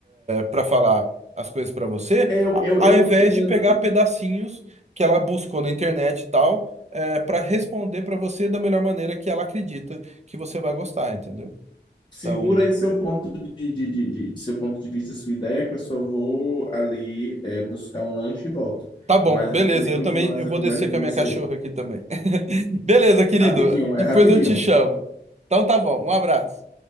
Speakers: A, on the right; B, on the left.
A: para falar as coisas para você,
B: Eu,
A: a-
B: eu,
A: ao
B: eu
A: invés
B: entendo.
A: de pegar pedacinhos que ela buscou na internet e tal, para responder para você da melhor maneira que ela acredita que você vai gostar, entendeu?
B: Segura
A: Então,
B: aí seu ponto de, de, de, de- seu ponto de vista, sua ideia, que eu só vou ali é, buscar um lanche e volto.
A: tá bom,
B: Mas
A: beleza.
B: eu vou querer
A: Eu
B: continuar
A: também,
B: essa
A: eu vou
B: conversa
A: descer
B: com
A: com a
B: você.
A: minha cachorra aqui também. <laughs> Beleza, querido.
B: Rapidinho,
A: Depois
B: é rapidinho.
A: eu te chamo. Então tá bom. Um abraço.